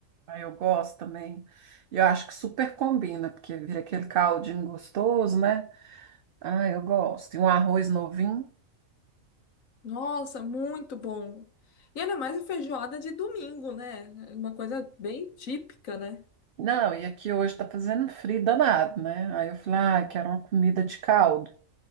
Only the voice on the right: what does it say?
Aí eu gosto também. E eu acho que super combina, porque vira aquele caldinho gostoso, né? Ah, eu gosto. E um arroz novinho.
Não, e aqui hoje tá fazendo frio danado, né? Aí eu falei, ah, quero uma comida de caldo.